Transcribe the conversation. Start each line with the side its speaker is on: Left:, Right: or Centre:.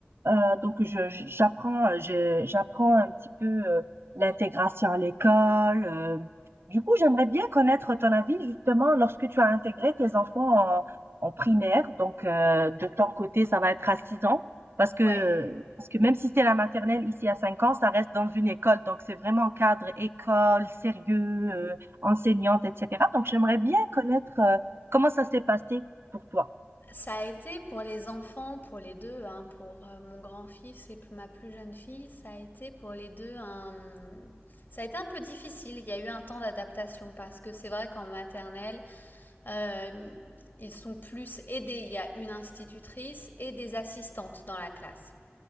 Right: Heu, donc je j j'apprends, je j'apprends un petit peu, heu, l'intégration à l'école, heu. Du coup, j'aimerais bien connaître ton avis justement lorsque tu as intégré tes enfants en en primaire, donc heu, de ton côté, ça va être à 6 ans parce que,
Left: Ouais.
Right: parce que même si c'est la maternelle ici à 5 ans, ça reste dans une école, donc c'est vraiment cadre école, sérieux, heu, enseignante et cetera. Donc j'aimerais bien connaître, heu, comment ça s'est passé pour toi?
Left: Ça a été pour les enfants, pour les deux, hein, pour euh, mon grand-fils et ma plus jeune fille, ça a été pour les deux un... Ça a été un peu difficile, il y a eu un temps d'adaptation parce que c'est vrai qu'en maternelle, Euh, ils sont plus aidés. Il y a une institutrice et des assistantes dans la classe.